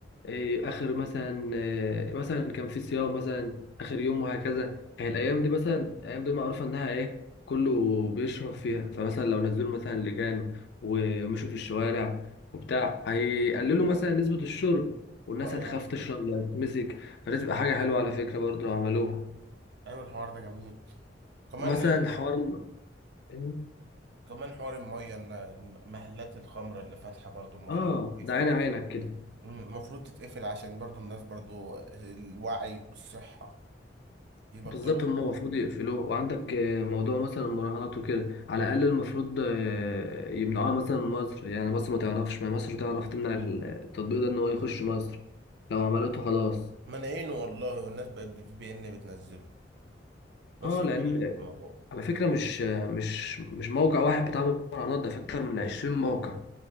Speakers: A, on the left; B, on the right.
A: إيه، اخر مثلا إيه، مثلا كان في صيام مثلا اخر يوم وهكذا يعني الايام دي مثلا الايام دي معروفه انها ايه كله بيشرب فيها فمثلا لو نزلوا مثلا لجان ومشوا في الشوارع وبتاع هيقللوا مثلا نسبه الشرب والناس
B: هواية
A: هتخاف تشرب لا تتمسك فدي تبقى حاجه حلوه على فكره برضه لو عملوها
B: ايوه الحوار ده جميل كمان
A: ومثلا حوار إن-
B: كمان حوار الميه ان محلات الخمره اللي فاتحه برضو المفروض
A: اه
B: تتقفل
A: ده عين عينك كده
B: مم، المفروض تتقفل عشان برضو الناس برضو الوعي والصحه يبطلوه
A: بالظبط هم المفروض يقفلوه وعندك آه، موضوع مثلا المراهنات وكده على الاقل المفروض آه، يمنعوها مثلا من مصر يعني مصر ما تعرفش ما مصر تعرف تمنع ال- التطبيق ده ان هو يخش مصر لو عملته خلاص
B: منعينه والله والناس بقت في بي ان بتنزله مصر
A: اه لان
B: منعت الموضوع
A: على فكره مش آه، مش مش موقع واحد بتاع مراهنات ده في اكتر من 20 موقع